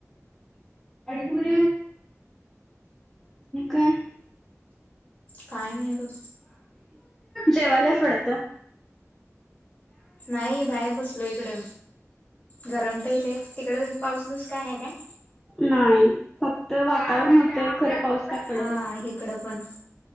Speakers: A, in the centre; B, on the left.
A: अकड काय
B: काय नाही बघ
A: जेवालाच पडत
B: नाही बाहेर बसलो इकडे गरम तईल तिकड पाऊस दिस काय आहे काय
A: नाही फक्त वातावरण होत खरे पाऊस काय पडतस
B: हा इकडं पण